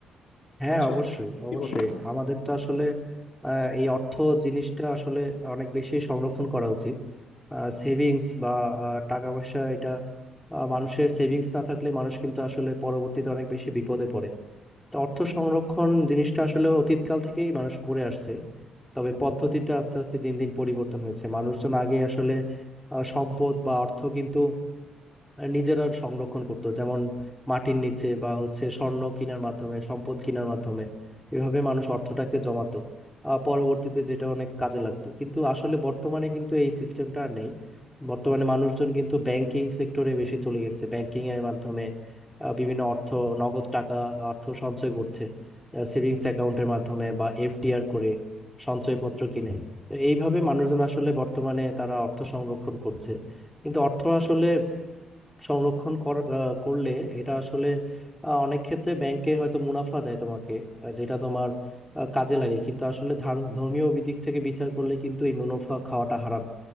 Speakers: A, in the centre; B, on the left.
A: হ্যাঁ
B: বুঝছো
A: অবশ্যই অবশ্যই
B: কি বলো
A: আমাদের তো আসলে আহ, এই অর্থ জিনিসটা আসলে অনেক বেশি সংরক্ষণ করা উচিত সেভিংস বা আহ, টাকা পয়সা এটা আহ, মানুষের সেভিংস না থাকলে মানুষ কিন্তু আসলে পরবর্তীতে অনেক বেশি বিপদে পড়ে তো অর্থ সংরক্ষণ জিনিসটা আসলে অতীতকাল থেকেই মানুষ করে আসছে তবে পদ্ধতিটা আস্তে আস্তে দিন দিন পরিবর্তন হয়েছে মানুষজন আগে আসলে আহ, সম্পদ বা অর্থ কিন্তু নিজেরা সংরক্ষণ করতো যেমন মাটির নিচে বা হচ্ছে স্বর্ণ কেনার মাধ্যমে সম্পদ কেনার মাধ্যমে এভাবে মানুষ অর্থটাকে জমাতো আহ, পরবর্তীতে যেটা অনেক কাজে লাগতো কিন্তু আসলে বর্তমানে কিন্তু এই সিস্টেমটা আর নেই বর্তমানে মানুষজন কিন্তু ব্যাংকিং সেক্টরে বেশি চলে গেছে ব্যাংকিং এর মাধ্যমে আহ, বিভিন্ন অর্থ নগদ টাকা অর্থ সঞ্চয় করছে সেভিংস অ্যাকাউন্টের মাধ্যমে বা এফডিআর করে সঞ্চয়পত্র কিনে তো এইভাবে মানুষজন আসলে বর্তমানে তারা অর্থ সংরক্ষণ করছে কিন্তু অর্থ আসলে সংরক্ষণ কর- আহ, করলে এটা আসলে আহ, অনেক ক্ষেত্রে ব্যাংকে হয়তো মুনাফা দেয় তোমাকে আহ, যেটা তোমার আহ, কাজে লাগে কিন্তু আসলে ধার- ধর্মীয় দিক থেকে বিচার করলে কিন্তু এই মুনাফা খাওয়াটা হারাম